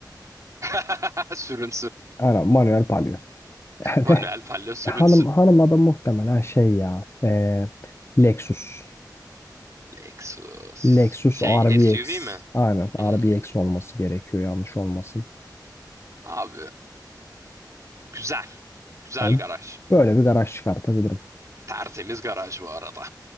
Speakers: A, on the right; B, on the left.
A: <laughs> Sürünsün.
B: Aynen manuel Palio. <laughs> Hani
A: Manuel fallo sürünsün.
B: hanım hanıma da muhtemelen şey ya eee, Lexus.
A: Lexus.
B: Lexus
A: Şey
B: R B RBX.
A: SUV mi?
B: Aynen
A: Hmm,
B: R B X olması gerekiyor yanlış olmasın.
A: abi güzel. Güzel
B: Hani
A: garaj.
B: böyle bir garaj çıkartabilirim.
A: Tertemiz garaj bu arada.